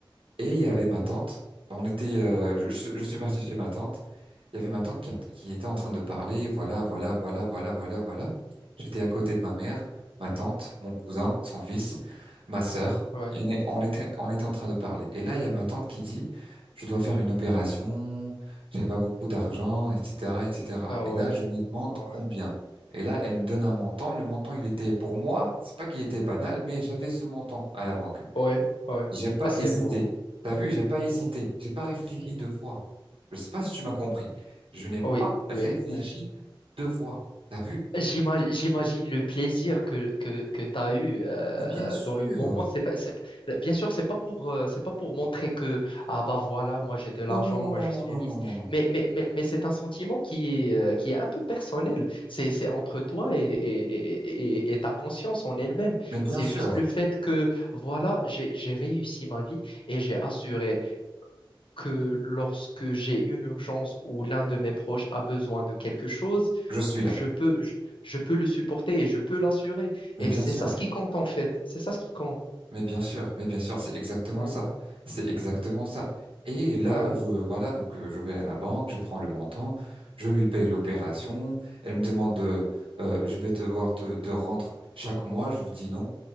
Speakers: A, on the right (about 80°); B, on the left (about 70°).
A: Et il y avait ma tante. On était, euh, je, je suis je suis parti chez ma tante. Il y avait ma tante qui, en- qui était en train de parler. Voilà, voilà, voilà, voilà, voilà, voilà. J'étais à côté de ma mère, ma tante, mon cousin, son fils, ma sœur.
B: ouais.
A: Et on est- on était, on était en train de parler. Et là, il y a ma tante qui dit, je dois faire une opération, j'ai pas beaucoup d'argent, etc., etc. Et cetera.
B: Ah
A: Et
B: ouais,
A: là, je lui demande
B: ouais,
A: combien. Et là, elle me donne un montant. Le montant, il était pour moi, c'est pas qu'il était banal, mais j'avais ce montant à la banque.
B: ouais, ouais.
A: J'ai pas
B: Bah, c'est
A: hésité.
B: beau.
A: T'as vu, j'ai pas hésité. J'ai pas réfléchi deux fois. Je sais pas si tu m'as compris. Je n'ai
B: Oui,
A: pas réfléchi
B: oui. ouais.
A: deux fois. T'as vu?
B: J'ima- J'imagine le plaisir que, que, que tu as eu euh,
A: Mais bien sûr.
B: dans le moment. C'est pas, c'est pas- bien sûr, c'est pas pour, euh, c'est pas pour montrer que, ah bah voilà, moi j'ai de l'argent,
A: Non, non, non,
B: moi
A: non,
B: je
A: non,
B: suis
A: non,
B: riche.
A: non, non, non.
B: Mais, mais, mais, mais c'est un sentiment qui est, euh, qui est un peu personnel. C'est, c'est entre toi et, et, et, et- et ta conscience en elle-même.
A: Mais bien
B: C'est
A: sûr,
B: juste le fait que, voilà, j'ai, j'ai réussi ma vie et j'ai assuré que lorsque j'ai une urgence ou l'un de mes proches a besoin de quelque chose,
A: je suis là.
B: je peux, je, je peux le supporter et je peux l'assurer.
A: Mais
B: Et
A: bien
B: c'est
A: sûr.
B: ça ce qui compte en fait. C'est ça ce qui compte.
A: Mais bien sûr. Mais bien sûr, c'est exactement
B: Ouais,
A: ça. C'est exactement ça. Et là,
B: ouais.
A: je, voilà, donc euh, je vais à la banque, je prends le montant, je lui paye l'opération. Elle me demande de, euh, je vais devoir te, te rendre chaque mois. Je lui dis non,